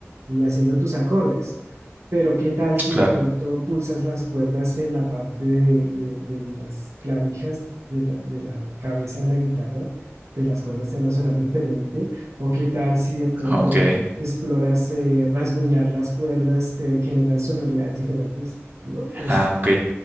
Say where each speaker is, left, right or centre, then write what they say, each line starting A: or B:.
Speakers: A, on the right; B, on the right.
A: y haciendo tus acordes, pero ¿qué tal si
B: claro.
A: de pronto pulsas las cuerdas en la parte de, de- de las clavijas de la, de la cabeza de la guitarra? Pues las cuerdas te van a sonar diferente. ¿O qué tal si de pronto
B: Ok.
A: exploras eh, rasguñar las cuerdas, te generan sonoridades diferentes. Bueno, pues
B: Ah, ok.